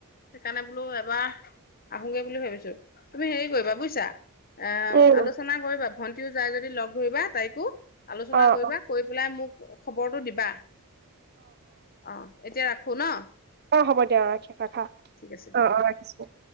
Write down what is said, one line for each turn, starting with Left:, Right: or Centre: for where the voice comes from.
Left: সেইকাৰণে বোলো এবাৰ আহোগে বুলি ভাবিছো। তুমি হেৰি কৰিবা বুজিছা অ'
Right: উম
Left: আলোচনা কৰিবা। ভণ্টিও যায় যদি লগ ধৰিবা তাইকো। আলোচনা
Right: অ অ
Left: কৰিবা কৰি পেলাই মোক খবৰটো দিবা। অ' এতিয়া ৰাখ শুনা।
Right: অ' হ'ব দিয়া অ' ৰাখি ৰাখা
Left: আছে দিয়া
Right: অ' অ' ৰাখিছো।